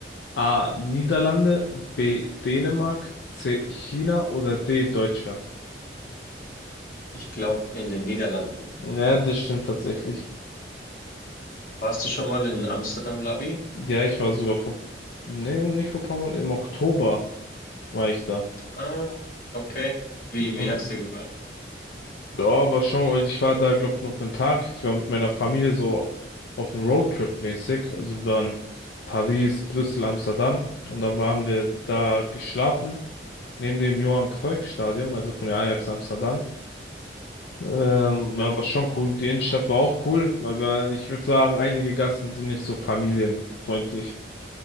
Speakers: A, on the left; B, on the left.
A: A. Niederlande, B. Dänemark, C. China oder D. Deutschland?
B: Ich glaube, in den Niederlanden.
A: Ja, das stimmt tatsächlich.
B: Warst du schon mal in Amsterdam Lobby?
A: Ja, ich war sogar vor, nee, nicht vor ein paar Monaten, im Oktober war ich da.
B: Ah, okay. Wie,
A: Mhm.
B: wie hat's dir gefallen?
A: Ja, war schon, also ich war da, glaub, nur für einen Tag. Ich war mit meiner Familie so auf dem Roadtrip mäßig. Also wir waren Paris, Brüssel, Amsterdam und dann waren wir da geschlafen, neben dem Johan Cruyff Stadion, also von der Ajax Amsterdam. Ähm,
B: Ja.
A: ja, war schon cool. Die Innenstadt war auch cool, aber ich würde sagen, einige Gassen sind nicht so familienfreundlich.